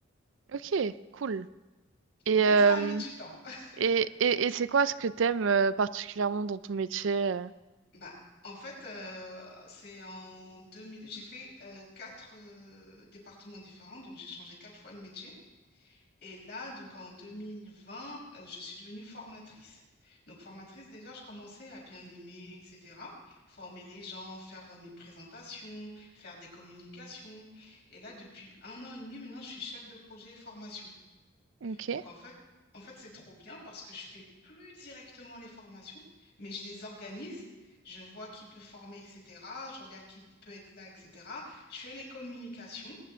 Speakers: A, on the right; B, on the left.
A: Ok, cool. Et,
B: Mais
A: euh,
B: ça a mis du temps. <laughs>
A: et, et, et c'est quoi ce que t'aimes euh, particulièrement dans ton métier? euh
B: Bah, en fait, euh, c'est en 2000. J'ai fait euh, quatre euh, départements différents, donc j'ai changé quatre fois de métier. Et là, donc en 2020, euh, je suis devenue formatrice. Donc formatrice, déjà, je commençais à bien aimer, etc. Former les gens, faire euh, mes présentations, faire des communications. Et là, depuis un an et demi, maintenant, je suis chef de projet formation.
A: Ok,
B: Donc en fait, en fait, c'est trop bien parce que je fais plus directement les formations, mais je les organise, je vois qui peut former, etc. Je regarde qui peut être là, etc. Je fais les communications,